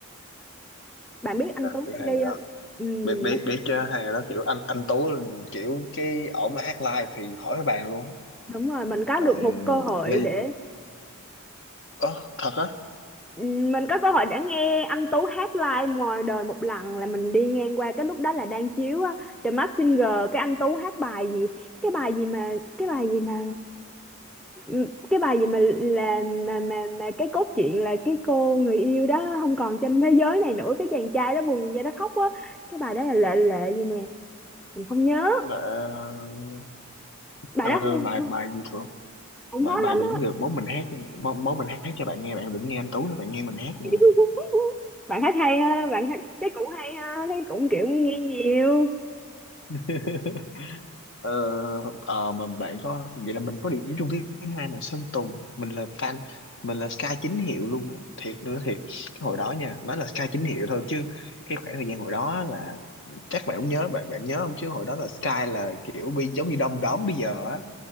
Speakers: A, in the centre; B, on the left.
A: bạn biết anh Tú
B: biết
A: với
B: hai người
A: Lily
B: đó
A: không? Ừm,
B: biết biết
A: mình
B: biết chứ hai người đó kiểu anh anh Tú là kiểu cái ổng là hát live thì khỏi bàn luôn á
A: đúng rồi mình có
B: còn
A: được một cơ hội
B: Ly
A: để
B: ơ thật á
A: ừm, mình có cơ hội để nghe anh Tú hát live ngoài đời một lần là mình đi ngang qua cái lúc đó là đang chiếu á, The Masked Singer cái anh Tú hát bài gì cái bài gì mà cái bài gì mà Ừ, cái bài gì mà là mà mà mà cái cốt truyện là cái cô người yêu đó không còn trên thế giới này nữa cái chàng trai đó buồn nhìn ra đó khóc quá cái bài đó là lệ lệ gì nè mình không nhớ
B: là ờ,
A: bài
B: ờ,
A: đó
B: ờ,
A: không,
B: bài bài gì của
A: không
B: bài
A: hot
B: bài
A: lắm
B: gì cũng
A: á
B: được bố mình hát cho- bố, bố mình hát cho bạn nghe bạn đừng nghe anh Tú nữa bạn nghe mình hát
A: <laughs>
B: nè
A: bạn hát hay ha bạn hát chắc cũng hay ha thấy cũng kiểu nghe nhiều
B: <laughs> Ờ, ờ, mà bạn có vậy là mình có điểm chung thứ hai là Sơn Tùng mình là fan mình là Sky chính hiệu luôn á thiệt nữa thiệt cái hồi đó nha nói là Sky chính hiệu thôi chứ cái khoảng thời gian hồi đó là chắc bạn cũng nhớ bạn bạn nhớ không chứ hồi đó là Sky là kiểu bi giống như đom đóm bây giờ á